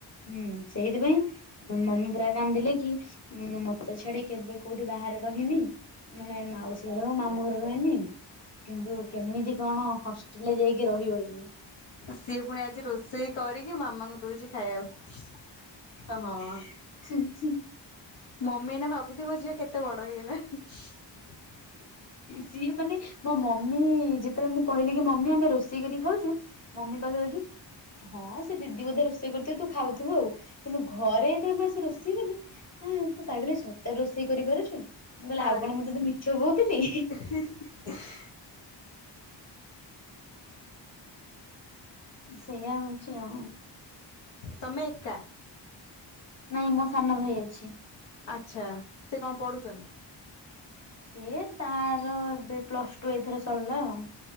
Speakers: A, on the left (about 35°); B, on the left (about 75°).
A: ହୁଁ ସେଇଥିପାଇଁ ମମୀ ପୁରା। କାନ୍ଦିଲେ କି ମୋତେ ଛାଡି କେବେ କୋଉଠି ବାହାରେ ରହିନି। ମାନେ ମାଉସୀ ଘର ମାମୁଁ ଘରେ ରୁହେନି। କିନ୍ତୁ କେମିତି କଣ ହଷ୍ଟେଲରେ ଯାଇକି ରହିବ ଇଏ।
B: ସିଏ ପୁଣି ଆଜି ରୋଷ ରୋସେଇ କରିକି ମାମାଙ୍କୁ ଦଉଛି ଖାଇବାକୁ।
A: ହଁ।
B: ମମି ଏଇନା ଭାବୁଥିବ ଝିଅ କେତେ ବଡ ହେଇଗଲାଣି। <inaudible>
A: ସିଏ ମାନେ ମୋ ମମି ଯେତେବେଳେ ମୁଁ କହିଲି କି ମମି ଆମେ ରୋଷେଇ କରିକି ଖାଉଛୁ। ମମି କହିଲା କି ହଁ ସେ ଦିଦି ବୋଧେ ରୋଷେଇ କରୁଥିବେ ତୁ ଖାଉଥିବୁ ଆଉ କିନ୍ତୁ ଘରେ ଯେତେବେଳେ ମୁଁ ଆସି ରୋଷେଇ କଲି। ନା ତୁ ପାଗେଳି ସତରେ ରୋଷେଇ କରି ପାରୁଛୁ ମୁଁ କହିଲି
B: ଆରେ
A: ଆଉ କଣ ମୁଁ ତତେ ମିଛ କହୁଥିଲି।
B: <unintelligible>
A: ସେଇଆ ହଉଛି ଆଉ।
B: ତମେ ଏକା।
A: ନାଇଁ ମୋ ସାନ ଭାଇ ଅଛି।
B: ଆଚ୍ଛା, ସେ କଣ ପଢୁଛନ୍ତି?
A: ସିଏ ତାର ଏବେ ପ୍ଲସ ଟୁ ଏଇଥର ସରିଲା ଆଉ